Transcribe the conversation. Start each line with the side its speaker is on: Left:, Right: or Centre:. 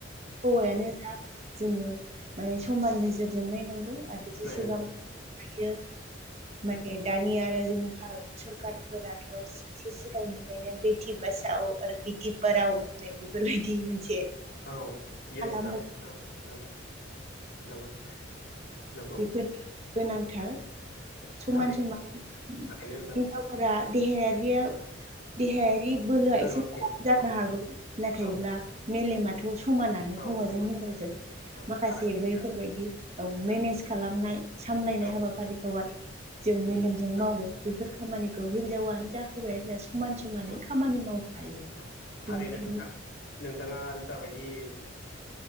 Right: हौवायानो जा जोङो माने समान नोजोरजों नायनांगौ आरो। जेसेबां
Left: नायनांगौ
Right: हायो। माने दानि आरो जोंनि भारत सरकारफोराथ' एसे सिगांनिफ्रायनो बेटि बासाव आरो बेटि फाव होननाय बेफोरबायदि मोनसे
Left: औ यजना
Right: खालामबाय
Left: औ नंगौ नंगौ नंगौ
Right: बेफोरो गोनांथार समान
Left: थारै
Right: समान
Left: थारैनो नोंथां
Right: हिनजावफोरा देहायारियाव देहायारि बोलोआ
Left: लोरबांथि
Right: एसे खम जानो
Left: औ
Right: हागौ नाथायब्ला
Left: औ
Right: मेलेमाथ' समानानो
Left: औ
Right: हौवाजों
Left: समान
Right: हिनजावजों
Left: औ
Right: माखासे
Left: फारागथि
Right: बैफोरबायदि
Left: गैया
Right: औ मेनेज खालामनाय सामलायनाय
Left: औ
Right: हाबाफारिखौहाय जों मेलेमजों
Left: औ औ
Right: मावो बेफोर खामानिखौ हिनजावानो जा हौवायानो जा समान सम माने
Left: औ
Right: खामानि मावनो हायो
Left: औ थारैनो
Right: बेनिखायनो
Left: नोंथां नोंथाङा जाबायदि